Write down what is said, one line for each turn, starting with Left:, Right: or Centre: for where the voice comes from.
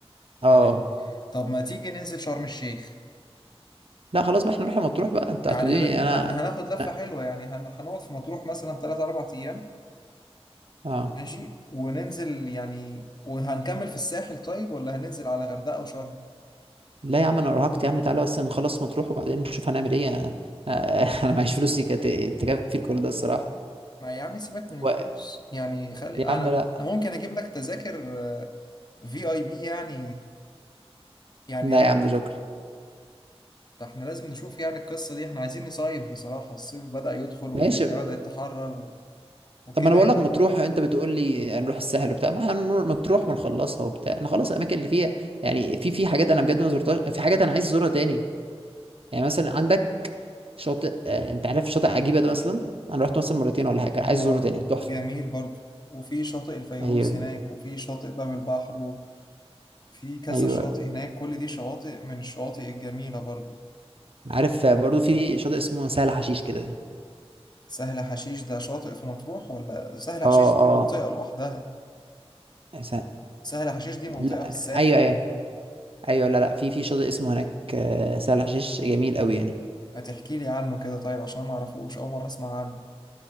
Right: اه
Left: بلاش طب ما تيجي ننزل شرم الشيخ
Right: لا خلاص بقى احنا نروح مطروح بقى انت
Left: يعني
Right: هتوديني
Left: هن...
Right: انا
Left: ما احنا هناخد لفه
Right: أنا-
Left: حلوه يعني هن... هنقعد في مطروح مثلا 3 4 ايام
Right: اه
Left: ماشي وننزل يعني وهنكمل في الساحل طيب ولا هننزل على غردقة وشرم
Right: لا يا عم انا ارهقت يا عم تعالى بس نخلص مطروح وبعدين نشوف هنعمل ايه انا <laughs> أنا معيش فلوس يك- ت- تكفي الكل ده الصراحه
Left: ما يا عم سيبك من الفلوس
Right: و...
Left: يعني خلي
Right: يا
Left: انا
Right: عم لا
Left: انا ممكن اجيب لك تذاكر في اي بي يعني يعني
Right: لا
Left: ه...
Right: يا عم
Left: ه-
Right: شكرا
Left: ده احنا لازم نشوف يعني القصة دي احنا عايزين نصيف بصراحة الصيف بدأ يدخل والدنيا
Right: ماشي
Left: بدأت تحرر و... وكده
Right: طب ما انا بقول
Left: يعني
Right: لك مطروح انت بتقول لي هنروح الساحل وبتاع ما احنا هنروح مطروح ونخلصها وبتاع نخلص الاماكن اللي فيها يعني في في حاجات انا بجد ما زرتهاش في حاجات انا عايز ازورها تاني يعني مثلا عندك شاطئ آه، انت عارف شاطئ عجيبه ده مثلا انا رحت مثلا مرتين ولا حاجه
Left: هو
Right: عايز ازوره تاني تحفه
Left: جميل برضو وفي شاطئ الفيروز
Right: ايوه
Left: هناك وفي شاطئ باب البحر وفي كذا
Right: ايوه
Left: شاطئ هناك كل دي شواطئ من الشواطئ الجميلة برضو
Right: عارف آه، برضو في شاطئ اسمه سهل حشيش كده
Left: سهل حشيش ده شاطئ في مطروح ولا سهل حشيش
Right: اه
Left: دي
Right: آه.
Left: منطقة لوحدها
Right: س...
Left: سهل حشيش دي
Right: لا
Left: منطقة في الساحل
Right: ايوه ايوه ايوه لا لا في في شاطئ اسمه هناك آه، سهل حشيش جميل قوي يعني
Left: ما تحكي لي عنه كده طيب عشان ما اعرفوش اول مرة اسمع عنه